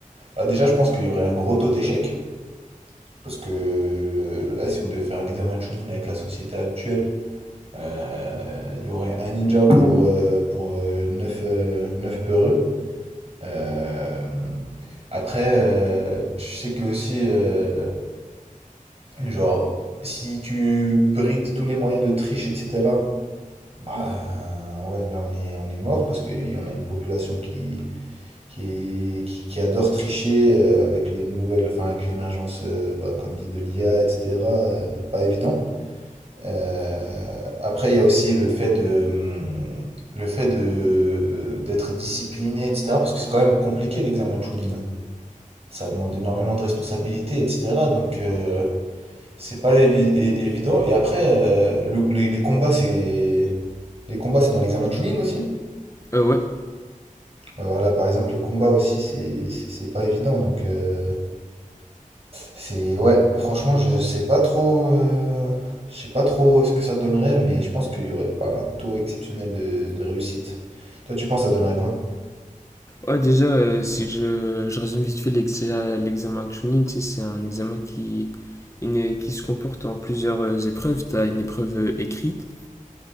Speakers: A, on the right (about 45°); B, on the left (about 20°).
A: bah, déjà je pense qu'il y aurait un gros taux d'échec, parce que euh, là si on devait faire un examen de Chunin avec la société actuelle, euh, il y aurait un ninja pour, euh, pour euh, 9 peureux. Euh, après, euh, je sais que aussi, euh, genre, si tu brides tous les moyens de triche, etc., bah ouais, là on est, on est mort parce qu'il y en a une population qui, qui, est- qui, qui adore tricher euh, avec les nouvelles, enfin avec l'émergence, euh, bah, comme dit, de l'IA, etc., euh, pas évident. Euh, après, il y a aussi le fait de, hum, le fait de, d'être discipliné, etc., parce que c'est quand même compliqué l'examen de Chunin ça demande énormément de responsabilités, etc. Donc, euh, c'est pas évi- é- évident. Et après, euh, le- les, les combats, c'est. Les combats, c'est dans l'examen de Chunin aussi.
B: Euh, ouais.
A: Ouais, voilà, par exemple, les combats aussi, c'est c'est- c'est pas évident. Donc, euh, c'est. Ouais, franchement, je sais pas trop. euh, Je sais pas trop ce que ça donnerait, mais je pense qu'il y aurait pas un taux exceptionnel de, de réussite. Toi, tu penses que ça donnerait quoi?
B: Ouais, déjà, euh, si je, je résume vite fait l'ex- l'examen de Chunin, tu sais, c'est un examen qui, une- qui se comporte en plusieurs euh, épreuves. Tu as une épreuve euh, écrite.